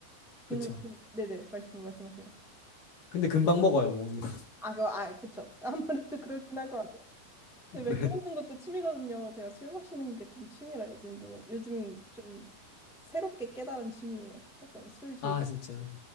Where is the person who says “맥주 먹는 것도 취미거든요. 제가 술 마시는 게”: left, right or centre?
Centre